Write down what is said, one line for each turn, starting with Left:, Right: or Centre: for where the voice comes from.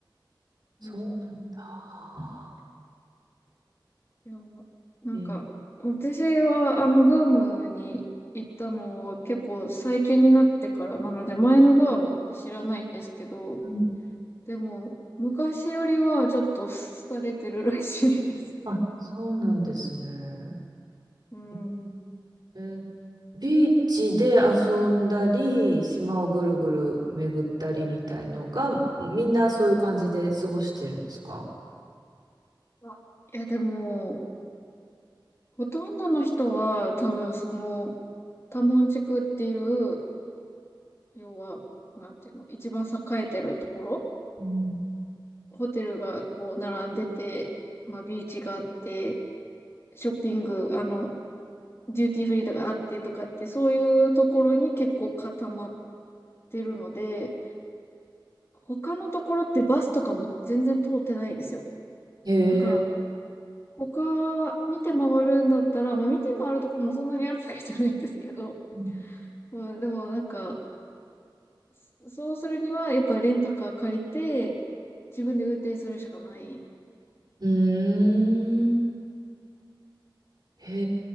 Right: そうなんだ。
Left: うんうんいや、なんか、
Right: え、
Left: 私は、あの、グアムに行ったのは結構最近になってからなので、前のグアムって知らないんですけど、
Right: うん
Left: でも、昔よりはちょっと廃れてるらしいですね。
Right: あ、そうなんですね。
Left: うん。
Right: ええービーチで遊んだり、島をぐるぐる巡ったりみたいのが、みんなそういう感じで過ごしてるんですか
Left: まあ、いや、でも、ほとんどの人は多分その、タモン地区っていう、要は、なんていうの、一番栄えてるところ、
Right: うん
Left: ホテルがこう並んでて、まあ、ビーチがあって、ショッピング、あの、デューティーフリーとかあってとかって、そういうところに結構固まってるので、他のところってバスとかも全然通ってないんですよ。
Right: へえ。
Left: だから、他見て回るんだったら、まあ見て回るところもそんなにあるわけじゃないんですけど、
Right: うん
Left: まあでもなんか、そそうするにはやっぱレンタカー借りて、自分で運転するしかない。
Right: うーん。へ